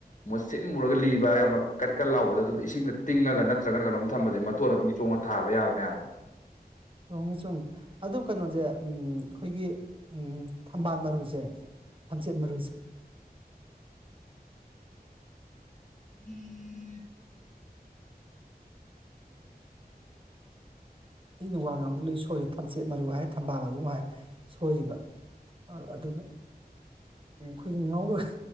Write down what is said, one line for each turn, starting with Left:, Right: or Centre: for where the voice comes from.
Left: ꯃꯨꯁꯤꯟ ꯃꯨꯔꯒ ꯂꯤꯕ ꯌꯥꯝꯅ ꯀꯟ ꯀꯟ ꯂꯥꯎꯕꯗꯣ ꯑꯗꯨꯗꯣ ꯏꯁꯤꯡꯗ ꯇꯤꯡꯉꯒ ꯅꯠꯇ꯭ꯔꯒꯅ ꯀꯩꯅꯣꯝ ꯊꯝꯕꯁꯦ ꯃꯇꯣꯟ ꯑꯗꯨꯝ ꯆꯣꯡꯉꯒ ꯊꯥꯕ ꯌꯥꯕꯅꯦ ꯍꯥꯏꯕ
Right: <inaudible> ꯆꯣꯡꯉꯤ ꯆꯣꯡꯉꯤ ꯑꯗꯨ ꯀꯩꯅꯣꯁꯦ ꯎꯝ ꯑꯩꯈꯣꯏꯒꯤ ꯎꯝ ꯊꯝꯕꯥꯜ ꯃꯔꯨꯁꯦ ꯂꯝꯆꯦꯠ ꯃꯔꯨꯁꯨ
Left: <inaudible>
Right: ꯑꯩꯅ ꯋꯥ ꯉꯥꯡꯕꯗ ꯂꯣꯏ ꯁꯣꯏꯔꯦ ꯊꯝꯆꯦꯠ ꯃꯔꯨ ꯍꯥꯏ ꯊꯝꯕꯥꯜ ꯃꯔꯨ ꯑꯃꯨꯛ ꯍꯥꯏ ꯁꯣꯏꯔꯤꯕ ꯑꯗꯨꯅ ꯑꯩꯈꯣꯏꯒꯤ ꯉꯧꯔꯒ ꯍꯥ